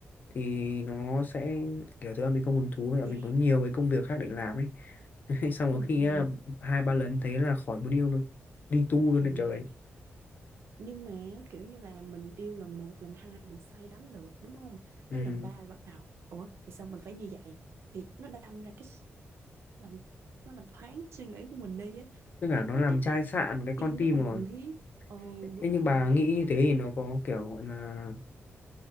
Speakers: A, on the left; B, on the right.
A: thì nó sẽ kiểu thứ là mình không hứng thú và
B: cha
A: mình có nhiều cái công việc khác để làm ấy <laughs> xong
B: ừ
A: có khi
B: ừ
A: á, hai ba lần thế là khỏi muốn yêu luôn đi tu luôn
B: ừ
A: đấy trời
B: thì nhưng mà kiểu như là mình yêu lần một lần hai mình say đắm được đúng không
A: ừ.
B: tới lần ba là bắt đầu ủa thì sao mình phải như vậy thì nó đâm ra cái s- làm nó làm thoáng suy nghĩ của mình đi á
A: tất
B: mình
A: cả
B: cảm
A: nó
B: thấy
A: làm
B: cái
A: chai
B: việc
A: sạn cái
B: yêu
A: con tim
B: nó không
A: rồi
B: cần thiết ừ
A: thế
B: đúng
A: nhưng
B: rồi
A: bà nghĩ như thế thì nó có kiểu gọi là